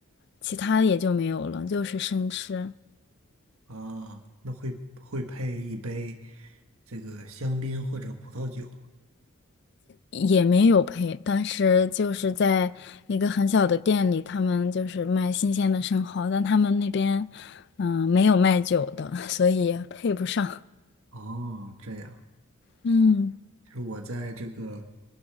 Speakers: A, on the left (about 50°); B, on the right (about 80°).
A: 其他也就没有了，就是生吃。
B: 啊，那会会配一杯这个香槟或者葡萄酒吗？
A: 也没有配，当时就是在一个很小的店里，他们就是卖新鲜的生蚝，但他们那边嗯、没有卖酒的，<laughs> 所以也配不上。
B: 哦，这样，
A: 嗯，
B: 就是我在这个